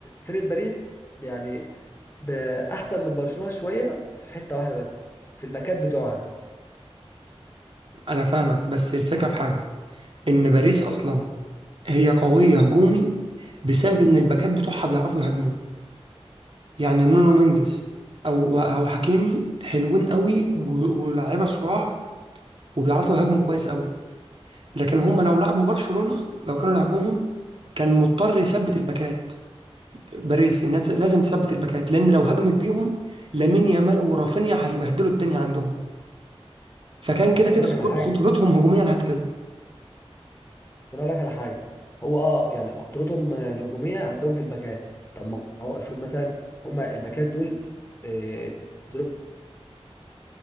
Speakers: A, on the left (about 25°); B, on the right (about 55°).
A: فرقه باريس يعني ب- احسن من برشلونه شويه في حته واحده بس في الباكات بتوعها
B: أنا فاهمك بس الفكرة في حاجة إن باريس أصلا هي قوية هجومي بسبب إن الباكات بتوعها بيعرفوا يهاجموا يعني نونو مينديز أو أو حكيمي حلوين قوي و- ولاعيبة صراع وبيعرفوا يهاجموا كويس قوي لكن هم لو لعبوا برشلونة لو كانوا لعبوهم كان مضطر يثبت الباكات باريس الناس لازم تثبت الباكات لأن لو هجمت بيهم لامين يامال ورافينيا هيبهدلوا الدنيا عندهم فكان
A: طب
B: كده
A: ما انا
B: كده
A: اقول
B: خد-
A: لك على حاجه
B: خطورتهم هجوميا هتقل
A: بس انا اقول لك على حاجه هو اه يعني خطورتهم آه، الهجوميه عندهم في الباكات طب ما هو افرض مثلا هما الباكات دول آه، نزلوهم